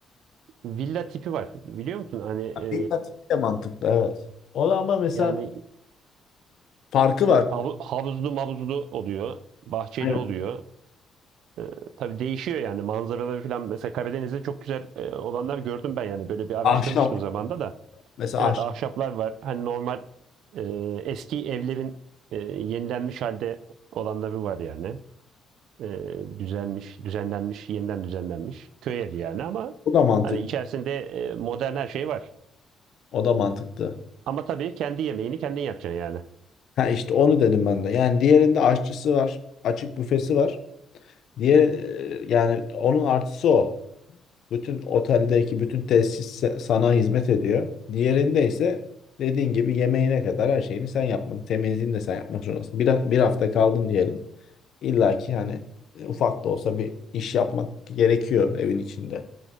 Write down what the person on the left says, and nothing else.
Bir katı bir de mantıklı evet. O da ama mesela
farkı var.
Aynen.
Ahşap
Mesela
aşçı.
Bu da mantık.
O da mantıklı.
Ha işte onu dedim ben de. Yani diğerinde aşçısı var. Açık büfesi var. Diğer e, yani onun artısı o. Bütün oteldeki bütün tesis se- sana hizmet ediyor. Diğerinde ise dediğin gibi yemeğine kadar her şeyini sen yapmak, temizliğini de sen yapmak zorundasın. Bir, ha- bir hafta kaldın diyelim. İlla ki hani e, ufak da olsa bir iş yapmak gerekiyor evin içinde.